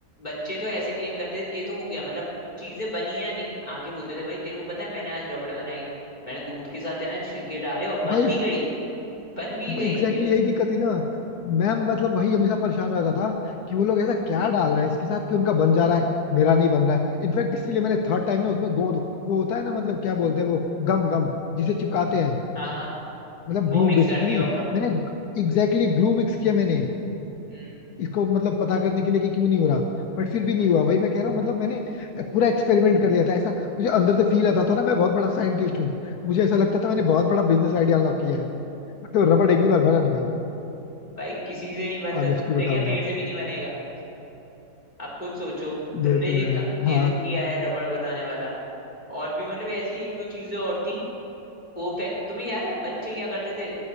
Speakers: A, on the left; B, on the left.
A: बच्चे तो ऐसे क्लेम करते थे ये तो हो गया मतलब चीजें बनी या नहीं आके बोलते थे भाई तेरे को पता है मैंने आज रबड़ बनाई मैंने दूध के साथ है ना छिलके डाले और बन
B: भाई
A: भी गई बन भी गई
B: एग्जैक्टली
A: ये
B: यही दिक्कत थी ना मैं मतलब वही हमेशा परेशान हो जाता था कि वो लोग ऐसा क्या डाल रहे हैं इसके साथ कि उनका बन जा रहा है मेरा नहीं बन रहा है इनफैक्ट इसीलिए मैंने थर्ड टाइम ना उसमें गोंद वो होता है ना मतलब क्या बोलते हैं वो गम गम जिसे चिपकाते हैं
A: हाँ हाँ
B: मतलब
A: वो
B: ग्लू
A: मिक्स
B: बेसिकली
A: कर दिया होगा
B: मैंने एग्जैक्टली ग्लू मिक्स किया मैंने
A: हम्म
B: इसको मतलब पता करने के लिए कि क्यों नहीं हो रहा बट फिर भी नहीं हुआ वही मैं कह रहा हूँ मतलब मैंने पूरा एक्सपेरिमेंट कर लिया था ऐसा मुझे अंदर से फील आता था ना मैं बहुत बड़ा साइंटिस्ट हूँ मुझे ऐसा लगता था मैंने बहुत बड़ा बिजनेस आइडिया अनलॉक किया है बट तो रबड़ एक भी बार बना नहीं भाई
A: भाई किसी से नहीं बनता
B: ऑनेस्टली
A: तुमसे
B: बताऊँ
A: क्या मेरे
B: तो
A: से भी नहीं बनेगा आप खुद सोचो तुमने
B: ये तो
A: ये
B: है
A: क- ये
B: हाँ
A: तो किया है रबड़ बनाने वाला और भी मतलब ऐसी एक दो चीजें और थी वो फे... तुम्हें याद है बच्चे क्या करते थे